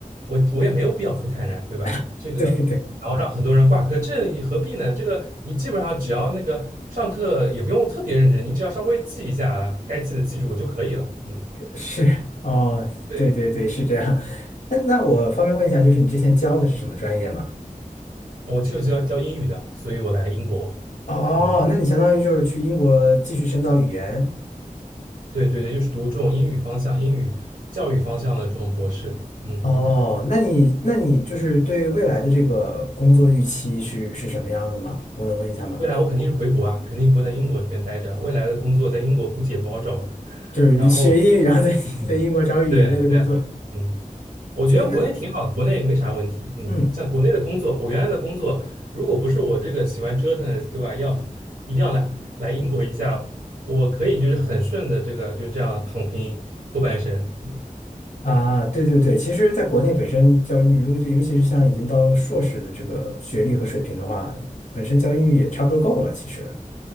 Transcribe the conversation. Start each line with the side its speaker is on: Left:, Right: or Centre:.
Right: 我我也没有必要出太难，对吧？
Left: <laughs>
Right: 这个然后让很多人挂科，
Left: 对对。
Right: 这也何必呢？这个你基本上只要那个上课也不用特别认真，你只要稍微记一下该记的记住就可以了。嗯，
Left: <laughs> 是哦，
Right: 对，
Left: 对对对，是这样。<laughs> 那那我方便问一下，就是你之前教的是什么专业吗？
Right: 我就教教英语的，所以我来英国，
Left: 哦，
Right: 嗯。
Left: 那你相当于就是去英国继续深造语言。
Right: 对对对，就是读这种英语方向、英语教育方向的这种博士。嗯，
Left: 哦，那你那你就是对未来的这个工作预期是是什么样的吗？我能问一下吗？
Right: 未来我肯定是回国啊，肯定不会在英国这边待着。未来的工作在英国估计也不好找吧。
Left: 就是学英语，
Right: 然后，
Left: 然后在
Right: 嗯，
Left: <laughs> 在英国找语言类的工作。
Right: 对对，嗯，我觉得国内挺好的，
Left: 所以那
Right: 国内没啥问题。嗯，
Left: 嗯
Right: 像国内的工作，我原来的工作，如果不是我这个喜欢折腾，对吧？要一定要来来英国一下，我可以就是很顺的这个就是这样躺平后半生。嗯
Left: 啊，对对对，其实在国内本身教英语，如果尤其是像已经到硕士的这个学历和水平的话，本身教英语也差不多够了，其实。